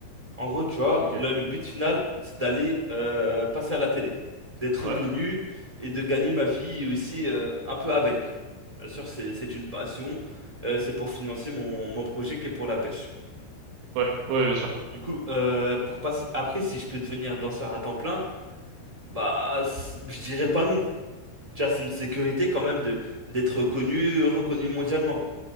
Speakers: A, on the right (about 25°); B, on the right (about 80°).
A: En gros, tu vois,
B: Ok.
A: là, le but final, c'est d'aller euh, passer à la télé, d'être
B: Ouais,
A: reconnu et de gagner ma vie aussi euh, un peu avec. Bien sûr, c'est, c'est une passion, euh, c'est pour financer mon, mon projet qui est pour la pêche.
B: ouais, ouais, bien sûr.
A: Du coup, euh, pour passer... après, si je peux devenir danseur à temps plein, bah, c'est- je dirais pas non. Tu vois, c'est une sécurité quand même de d'être connu, reconnu mondialement.